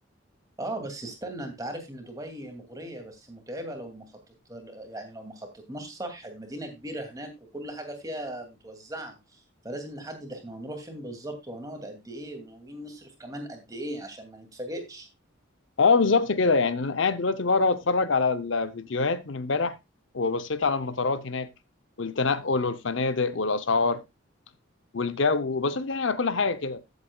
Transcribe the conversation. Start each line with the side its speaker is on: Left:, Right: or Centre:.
Right: اه بس استنى انت عارف ان دبي مغرية بس متعبة لو ما خططت يعني لو ما خططناش صح المدينة كبيرة هناك وكل حاجة فيها متوزعة فلازم نحدد احنا هنروح فين بالظبط وهنقعد قد ايه وناويين نصرف كمان قد ايه عشان ما نتفاجئش
Left: اه بالظبط كده يعني انا قاعد دلوقتي بقرا واتفرج على الفيديوهات من امبارح وبصيت على المطارات هناك والتنقل والفنادق والاسعار والجو وبصيت يعني على كل حاجه كده